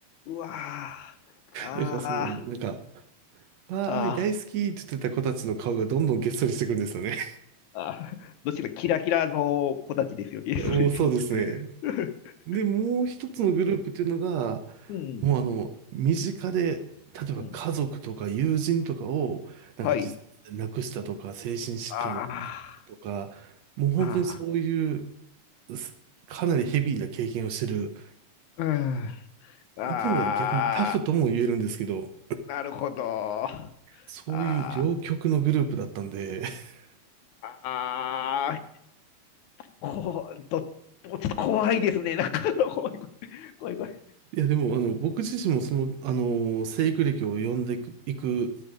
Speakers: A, on the left; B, on the right.
A: うわあ、ああ、
B: だからその、なんか、わーい、
A: ああ、
B: 大好きって言ってた子たちの顔がどんどんげっそりしていくんですよね。
A: ああ、どちらキラキラの子たちですよね、
B: <laughs> もうそうですね。
A: それで。<laughs>
B: で、もう一つのグループっていうのが、
A: うん、
B: もうあの、身近で、例えば家族とか友人とかを、
A: うん。
B: なんか自殺で亡くしたとか、
A: はい。
B: 精神疾患で亡くしたとか、
A: ああ、
B: もう本当にそういう、
A: ああ、
B: すかなりヘビーな経験をしてる
A: うん。ああ、
B: 言ってみれば逆にタフとも言えるんですけど、
A: なるほど。あ
B: そういう両極のグループだったんで、
A: あ、
B: <laughs>
A: ああ、こう、ど、もうちょっと怖いですね。なんか、怖い、怖い、怖い。怖い
B: いやでもあの僕自身もその、あの、生育歴を読んでいく、いく